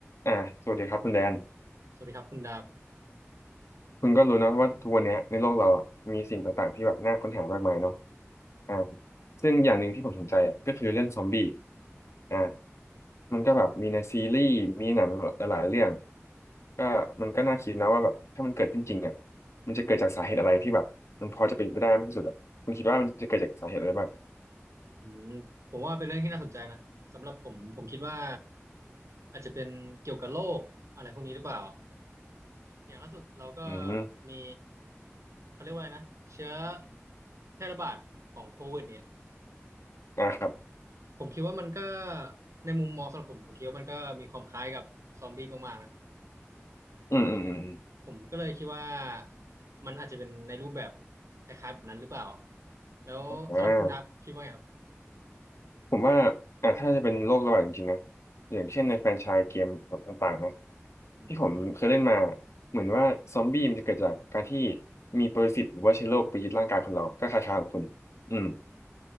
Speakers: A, on the left; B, on the right.
A: อ่าสวัสดีครับคุณแดน
B: สวัสดีครับคุณดาบ
A: คุณก็รู้เนอะว่าทุกวันเนี้ยในโลกเราอะมีสิ่งต่างๆที่แบบน่าค้นหามากมายเนาะอ่าซึ่งอย่างหนึ่งที่ผมสนใจอ่ะก็คือเรื่องซอมบี้อ่ามันก็แบบมีในซีรีส์มีหนังหลายๆเรื่องก็มันก็น่าคิดนะว่าแบบถ้ามันเกิดขึ้นจริงอ่ะมันจะเกิดจากสาเหตุอะไรที่แบบมันพอจะเป็นไปได้มากที่สุดอ่ะคุณคิดว่ามันจะเกิดจากสาเหตุอะไรบ้าง
B: อืมผมว่าเป็นเรื่องที่น่าสนใจนะสำหรับผมผมคิดว่าอาจจะเป็นเกี่ยวกับโรคอะไรพวกนี้หรือเปล่าแบบอย่างล่าสุดเราก็
A: อืม
B: มีเขาเรียกว่าอะไรนะเชื้อแพร่ระบาดของโควิดเนี่ย
A: อ่าครับ
B: ผมคิดว่ามันก็ในมุมมองสำหรับผมผมคิดว่ามันก็มีความคล้ายกับซอมบี้มากๆนะ
A: อืมอืมอืม
B: ผมก็เลยคิดว่ามันอาจจะเป็นในรูปแบบคล้ายๆแบบนั้นหรือเปล่าแล้วสำหรับคุณดาบคิดว่าไงครับ
A: อมอ่า ผมว่าอ่ะถ้าจะเป็นโรคระบาดจริงๆนะอย่างเช่นในแฟรนไชส์เกมต่างๆนะ
B: อืม
A: ที่ผมเคยเล่นมา เหมือนว่าซอมบี้มันจะเกิดจากการที่มีปรสิตหรือว่าเชื้อโรคไปยึดร่างกายคนเราก็คล้ายๆของคุณอืม